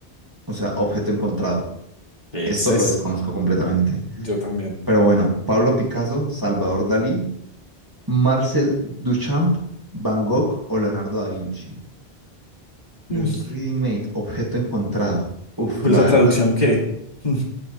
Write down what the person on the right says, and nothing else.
O sea, objeto encontrado.
Esto
lo desconozco completamente.
Pero bueno, Pablo Picasso, Salvador Dalí, Marcel Duchamp, Van Gogh o Leonardo da Vinci. El
ready-made, objeto encontrado. Uf,
la
verdad